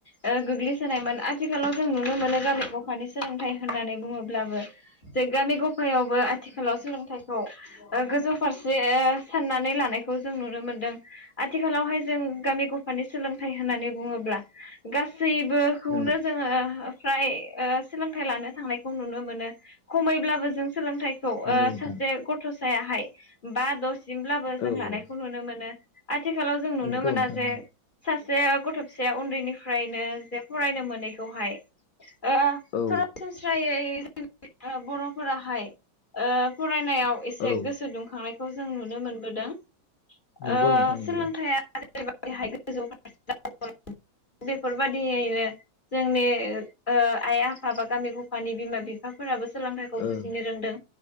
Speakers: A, on the left; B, on the left.
A: ओ गोग्लैसोनायमोन आथिखालाव जों नुनो मोनो गामि गफानि सोलोंथाइ होननानै बुङोब्ला अब्लाबो जे गामि गफायावबो ओनसोलाव सोलोंथाइखौ गोजौ फारसे ओ साननानै लानायखौ जों नुनो मोनदों। आथिखालावहाय जों गामि गफानि बे सोलोंथाइ होननानै बुङोब्ला गासैबोखौनो
B: नंगौ
A: जोङो ओ फ्राय ओ सोलोंथाइ लानो थांनायखौ नुनो मोनो खमैब्लाबो जों सोलोंथाइ खौ ओ
B: नंगौ नोंथां
A: सासे गथ'सायाहाय बा द'सिमब्लाबो जों
B: औ
A: लानायखौ
B: औ
A: नुनो मोनो। आथिखालाव जों नुनो
B: नंगौ
A: मोना
B: नोंथां
A: जे सासे से गथ' फिसाया उन्दैनिफ्रायनो जे फरायनो मोनैखौहाय ओ
B: औ
A: सरासनस्रायै जों बर'फोराहाय ओ फराय होनाव एसे
B: औ
A: गोसो दुंखांनायखौ जों नुनो मोनबोदों।
B: नंगौ
A: ओ
B: नोंथां नंगौ
A: सोलोंथाइयाहाय गोजौ फारसे दावगा बेफोरबायदियैनो जोंनि ओ आइ आफा बा गामि गफानि बिमा बिफाफोराबो सोलोंथाइखौ
B: औ
A: बुजिनो रोंदों